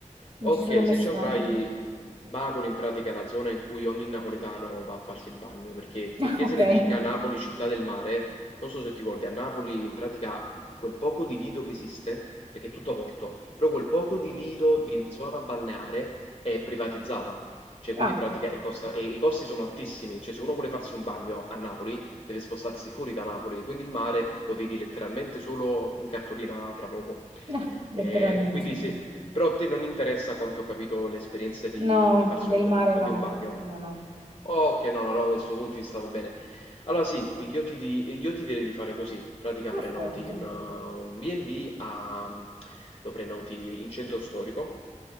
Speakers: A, on the right; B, on the left.
A: non
B: Ok,
A: ci sono mai
B: se
A: stata.
B: ci andrai,
A: <laughs>
B: Bacoli in pratica è la zona in cui ogni napoletano va a farsi il bagno, perché checché
A: Ah, ok.
B: se ne dica Napoli città del mare, non so se ti ricordi, a Napoli in pratica quel poco di lido che esiste, perché è tutto a porto, però quel poco di lido di zona balneare è privatizzata, cioè quindi
A: Ah,
B: in pratica e costa- e i costi sono altissimi, cioè se uno vuole farsi un bagno a Napoli deve spostarsi fuori da Napoli, quindi il mare lo vedi letteralmente solo in cartolina tra poco.
A: ah, letteralmente.
B: Eh, quindi se, però a te non interessa, a quanto ho capito, l'esperienza di,
A: No,
B: di farsi
A: del
B: un,
A: mare no.
B: di un bagno.
A: No, no.
B: Ok, no, no, no, questo punto di vista va bene. Allora sì, io ti, di- io ti direi di fare così, pratica
A: Perfetto.
B: prenoti un uh, un B&B, a- lo prenoti in centro storico,